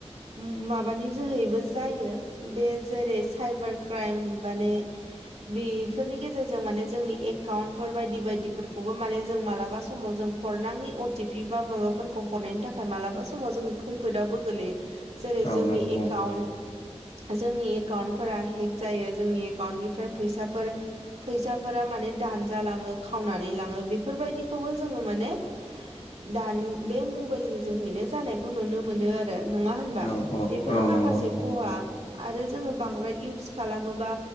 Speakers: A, on the right; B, on the left.
A: उम माबानि जोहैबो जायो बे जेरै साइबार क्राइम माने बिफोरनि गेजेरजों माने जोंनि एकाउन्टफोर बायदि बायदिफोर खौबो माने जों मालाबा समाव जों हरनाङि अ टि पि बा माबाफोरखौ हरनायनि थाखाय मालाबा समाव जों खैफोदावबो गोग्लैयो। जेरै
B: औ
A: जोंनि
B: नंगौ
A: एकाउन्ट जोंनि एकाउन्टफोरा हेक जायो जोंनि एकाउन्टनिफ्राय फैसाफोर फैसाफोरा माने दानजालाङो खावनानै लाङो। बेफोरबायदिखौबो जोङो माने दानि बे मबाइलनि जोहैनो जानायखौ नुनो मोनो आरो। नङा होनबा
B: औ औ
A: बेफोर
B: औ
A: माखासे
B: नंगौ नोंथां
A: ख'हा आरो जोङो बांद्राय इउस खालामोबा